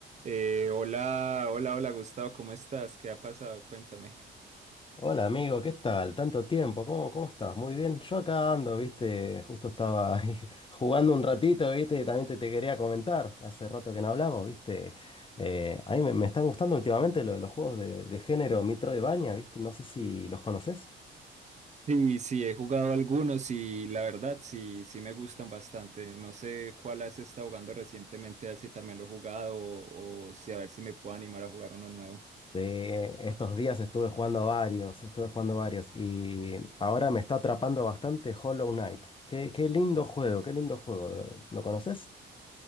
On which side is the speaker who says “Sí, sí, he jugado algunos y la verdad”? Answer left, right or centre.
Right